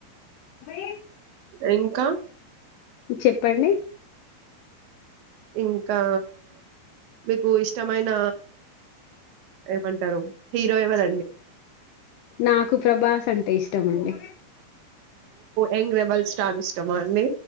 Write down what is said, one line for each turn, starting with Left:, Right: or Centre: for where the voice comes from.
Left: మై
Right: ఇంకా
Left: చెప్పండి
Right: ఇంకా మీకు ఇష్టమైన ఎంమటారు హీరో ఎవర
Left: నాకు ప్రభాస్ అంటే ఇష్టమండి
Right: ఎంగ్ రెబల్ స్టార్ ఇష్టమా అండి